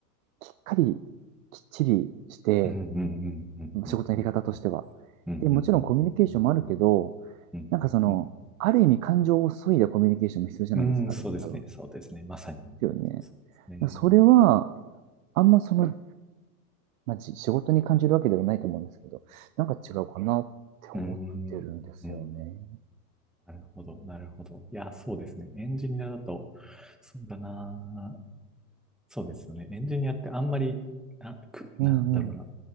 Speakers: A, on the right; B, in the centre.
A: きっかり、きっちりして、
B: うんうんうんうんうん
A: 仕事のやり方としては。
B: うんうんうんうんうんうん
A: で、もちろんコミュニケーションもあるけど、
B: うんうんう
A: なんかその、ある意味感情を削いだコミュニケーションも必要じゃないですか、
B: んうんそうですね。
A: あれって多分。で
B: そうですね。まさに。
A: すよね。
B: そうですね。
A: それは、あんまその、まあ、仕事に感じるわけではないと思うんですけど、なんか違うかなって思ってるんですよね。
B: うーん。うん。なるほど。なるほど。いや、そうですね。エンジニアだと、そうだな。そうですよね。エンジニアってあんまり、あ、く、
A: うんうん。
B: なんだろうな。